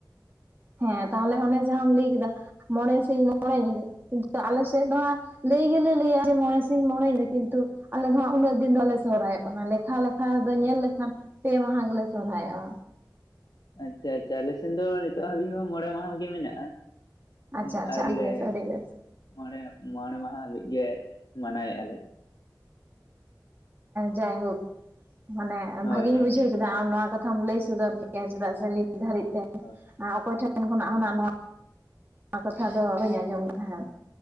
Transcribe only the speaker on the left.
ᱟᱪᱪᱷᱟ ᱟᱪᱪᱷᱟ ᱟᱞᱮ ᱥᱮᱱ ᱫᱚ ᱱᱤᱛᱚᱜ ᱦᱟᱹᱵᱤᱡ ᱦᱚᱸ ᱢᱚᱬᱮ ᱢᱟᱦᱟ ᱜᱮ ᱢᱮᱱᱟᱜᱼᱟ᱾ ᱦᱩ
ᱟᱞᱮ
ᱢᱚᱬᱮ ᱢᱚᱬᱮ ᱢᱟᱦᱟ ᱦᱟᱵᱤᱡ ᱜᱮ᱾ ᱢᱟᱱᱟᱣᱮᱫᱼᱟ ᱞᱮ
ᱦᱳᱭ
ᱦᱳᱭ
ᱦᱳᱭ